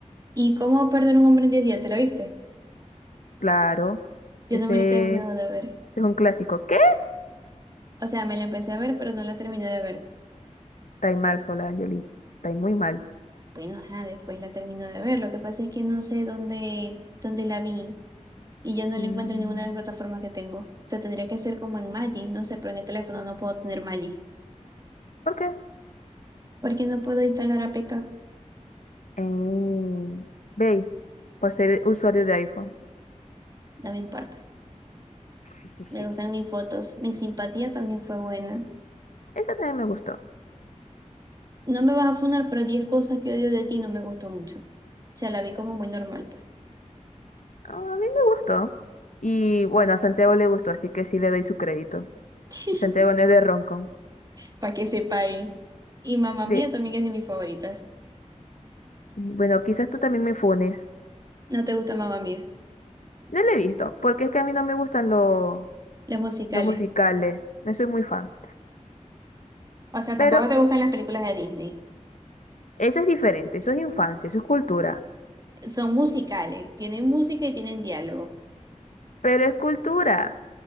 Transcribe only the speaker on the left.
Claro,
ese,
ese
es un clásico. ¿Qué?
Está ahí mal, Fola Angeli. Está ahí muy mal.
Mm,
¿Por qué?
Eh, Bey, por ser usuario de iPhone.
<laughs>
Esa también me gustó.
Ah, A mí me gustó. Y bueno, a Santiago le gustó, así que sí le doy su crédito.
Y Santiago no es de Roncon.
De,
bueno, quizás tú también me funes.
No le he visto, porque es que a mí no me gustan los
los musicales. No soy muy fan.
Pero
eso es diferente, eso es infancia, eso es cultura.
Pero es cultura.